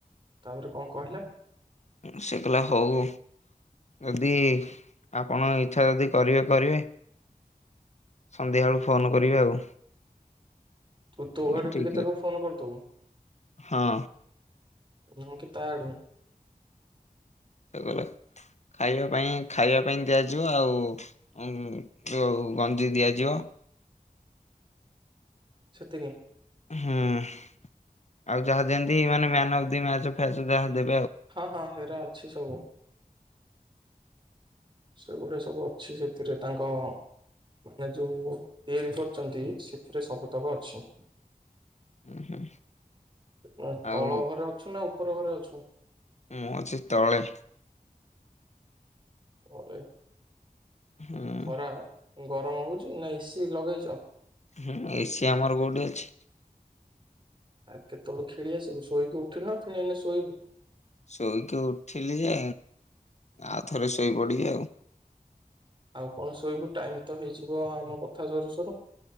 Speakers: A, on the right; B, on the left.
A: ତାପରେ କଣ କହିଲା?
B: ସେ କହିଲା ହୋଉ। ଯଦି ଆପଣ ଇଚ୍ଛା ଯଦି କରିବେ କରିବେ, ସନ୍ଧ୍ୟାବେଳୁ ଫୋନ କରିବେ ଆଉ।
A: ତୁ ତୋ
B: କହିଲି
A: ଆଡୁ
B: ଠିକ୍
A: ଟିକେ ତାକୁ
B: ଅଛି।
A: ଫୋନ କରିଦବୁ।
B: ହଁ।
A: ମୁଁ କି ତାଆଡୁ।
B: ସେ କହିଲା ଖାଇବା ପାଇଁ ଖାଇବା ପାଇଁ ଦିଆଯିବ, ଆଉଉ ଗଞ୍ଜି ଦିଆଯିବ।
A: ସେତିକି।
B: ହୁଁ ଆଉ ଯାହା ଯେମିତି ମାନେ ଅଫ ଦି ମ୍ୟାଚ ଫେ ଯାହା ଦେ
A: ହଁ ହଁ ହେରା ଅଛି ସବୁ। ସେଗୁଡା ସବୁ ଅଛି ସେଥିରେ ତାଙ୍କ ମାନେ ଯୋଉ ତିଆରି କରିଛନ୍ତି, ସେଥିରେ ସବୁତକ ଅଛି।
B: ହୁଁ
A: <inaudible>
B: ହୁଁ।
A: ଣ
B: ଆଉ
A: ତଳ ଘରେ ଅଛୁ ନା ଉ ଉପର ଘରେ ଅଛୁ ତ୍
B: ମୁଁ ଅଛି ତଳେ।
A: ତଳେ।
B: ହୁଁ
A: ଖରା ଗରମ ହଉଛି ନା ଏସିି ଲଗେଇଚ
B: ହୁଁ ଏସି ଆମର କୋଉଠି ଅଛି।
A: ଆଉ କେତେବେଳେ ଖେଳି ଆସିବୁ ଶୋଇକି ଉଠିଲୁ ନା ଫୁଣୀଏହିନୀ ଶୋଇବୁ
B: ଶୋଇକି ଉଠିଲି ଯେ ଆଉଥରେ ଶୋ ଇ ପଡିବି ଆଉ
A: ଆଉ କଣ ଶୋଇବୁ ଟାଇମ ତ ହେଇଯିବ ଆମ କଥା ସରୁ ସରୁ